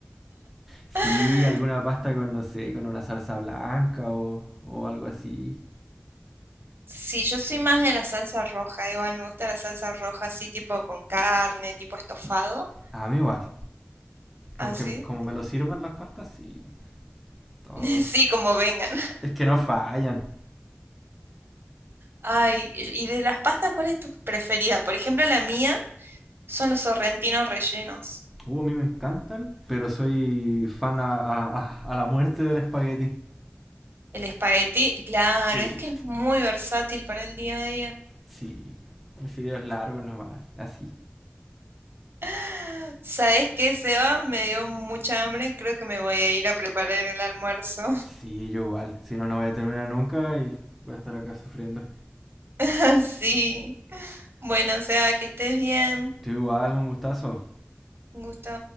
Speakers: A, in the centre; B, on the right.
A: Sí,
B: <laughs>
A: alguna pasta con, no sé, con una salsa blanca o, o algo así.
B: Sí, yo soy más de la salsa roja, igual me gusta la salsa roja así tipo con carne, tipo estofado,
A: A mí igual, con
B: así.
A: que como me lo sirvan las pastas, sí, todo.
B: <laughs> Sí, como vengan.
A: Es que no fallan.
B: Ay, y y de las pastas, ¿cuál es tu preferida? Por ejemplo, la mía son los sorrentinos rellenos.
A: Uh, a mí me encantan, pero soy fan a, a- a- a la muerte del espagueti.
B: El espagueti, claro,
A: Sí,
B: es que es muy versátil para el día a día.
A: sí. Mis fideos largos nomás, así.
B: <gasps> ¿Sabes qué, Seba? Me dio mucha hambre, creo que me voy a ir a preparar el almuerzo.
A: Sí, yo igual. Si no, no voy a terminar nunca y voy a estar acá sufriendo.
B: <laughs> Sí. Bueno, Seba, que estés bien.
A: Tú igual, un gustazo.
B: Un gusto.